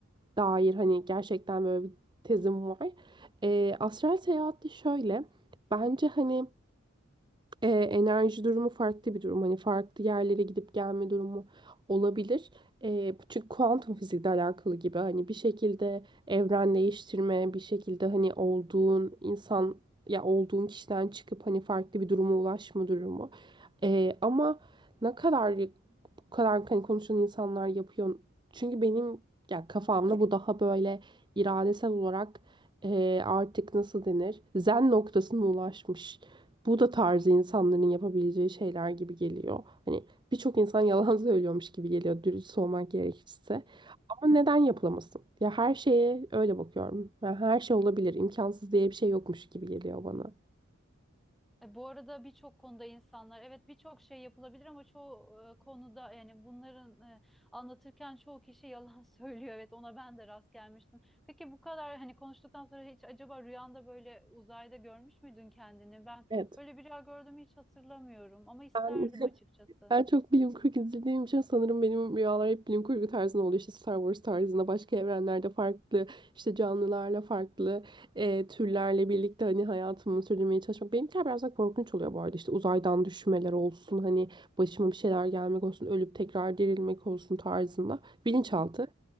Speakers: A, on the right (about 20°); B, in the centre.
A: dair hani gerçekten böyle bir tezim var. Ee, astral seyahat de şöyle. Bence hani e, enerji durumu farklı bir durum. Hani farklı yerlere gidip gelme durumu olabilir. E, çünkü kuantum fizikle alakalı gibi hani bir şekilde evren değiştirme, bir şekilde hani olduğun insan ya olduğun kişiden çıkıp hani farklı bir duruma ulaşma durumu. E, ama ne kadar bu kadar hani konuşan insanlar yapıyor. Çünkü benim ya kafamda bu daha böyle iradesel olarak e, artık nasıl denir? Zen noktasına ulaşmış. Bu da tarzı insanların yapabileceği şeyler gibi geliyor. Hani birçok insan yalan <laughs> söylüyormuş gibi geliyor dürüst olmak gerekirse. Ama neden yapılamasın? Ya her şeye öyle bakıyorum. ya her şey olabilir, imkansız diye bir şey yokmuş gibi geliyor bana.
B: E, Bu arada birçok konuda insanlar evet birçok şey yapılabilir ama çoğu e, konuda yani bunların e, anlatırken çoğu kişi yalan <laughs> söylüyor. Evet ona ben de rast gelmiştim. Peki bu kadar hani konuştuktan sonra hiç acaba rüyanda böyle uzayda görmüş müydün kendini? Ben
A: Evet.
B: böyle bir rüya gördüğümü hiç hatırlamıyorum ama isterdim
A: Ben
B: açıkçası.
A: Ben çok bilim kurgu izlediğim için sanırım benim rüyalar hep bilim kurgu tarzında oluyor. İşte Star Wars tarzında, başka evrenlerde farklı, işte canlılarla farklı e, türlerle birlikte hani hayatımı sürdürmeye çalışmak. Benimkiler biraz daha korkunç oluyor bu arada. İşte uzaydan düşmeler olsun, hani başıma bir şeyler gelmek olsun, ölüp tekrar dirilmek olsun tarzında. Bilinçaltı.